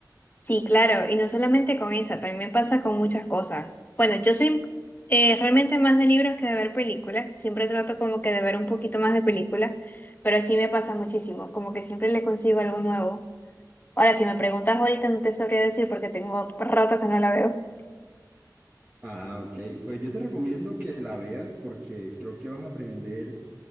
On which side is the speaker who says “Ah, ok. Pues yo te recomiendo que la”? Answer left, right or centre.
Right